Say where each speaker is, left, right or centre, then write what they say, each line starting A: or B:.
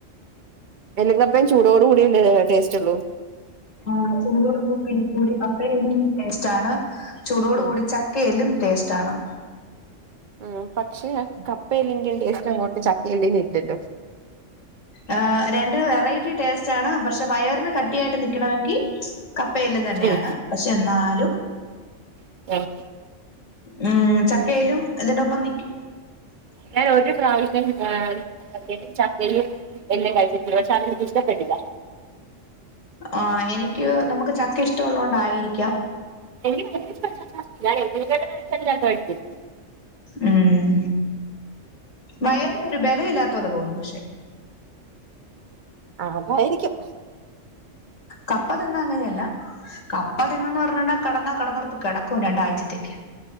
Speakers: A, on the right (about 50°); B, on the left (about 80°).
A: എല്ലും കപ്പേം ചടോട് കുടിയല്ലേ ടേസ്റ്റ് ഉള്ളൂ
B: ആഹ് ചൂടോട് കൂടി കൂ കപ്പയും എല്ലും ടേസ്റ്റ്ണ് ചൂടോട്
A: ഉം
B: കൂടി ചക്ക് കെലും ടേസ്റ്റ് ആണ്
A: ഉം പക്ഷേ ആ കപ്പയിൽ എനിക്ക് ഏറ്റഷ്ട്ടം അങ്ങോട്ട് ചക്കയും ഇല്ലായിട്ടിട്ട്
B: ആഹ് രണ്ട് വെറൈറ്റി ടേസ്റ്റ് ആണ് പക്ഷെ വയറിന് കട്ടിയായിട്ട് നിൽക്കാണെങ്കി കപ്പയും എല്ലും തന്നെയാണ്
A: ഉം
B: പക്ഷെ എന്നാലും
A: ആഹ് ആഹ്
B: ഉം ചക്കയിലും ഇതിന്റെ ഒപ്പം നിക്കി
A: ഞൻ ഒരു പ്രാവിശ്യം ഏ <inaudible> ചക്കരയും എല്ലാം കഴിച്ചിടട്ട് പക്ഷേ അത് എനിക്ക് ഇഷ്ടപ്പെട്ടില്ല
B: ആഹ് എനിക്ക് നമുക്ക് ചക്ക ഇഷ്ടള്ളോണ്ട് ആയിരിക്കാം
A: എനിക്ക് <unintelligible>
B: ഉം വയറിന്നൊരു ബല ഇല്ലാത്ത പോലെ തോന്നും ക്ഷെ
A: ആഹ് അതായിരിക്കും
B: കപ്പ തിന്ന അങ്ങനെയല്ല കപ്പ തിന്ന്ന്ന് പറഞ്ഞണ്ട് കടന്നാ കടന്നൊട്ത്ത് കേടക്കും രണ്ടാഴ്ചത്തേക്ക്